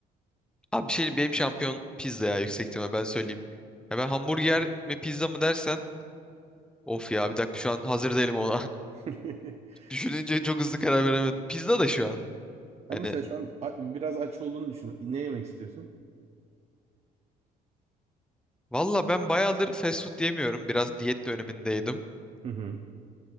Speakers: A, in the centre; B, on the right.
A: Abi bir şey benim şampiyon pizza ya yüksek ihtimal ben söyleyeyim. Ya ben hamburger mi pizza mı dersen. Of ya bir dakika şu an hazır değilim ona.
B: <laughs>
A: <laughs> Düşününce çok hızlı karar veremedim. Pizza da şu an.
B: Ben
A: Hani
B: mesela şu an a- biraz aç olduğunu düşün. Ne yemek istiyorsun?
A: valla ben bayağıdır fast food yemiyorum. Biraz diyet dönemindeydim.
B: Hı hı.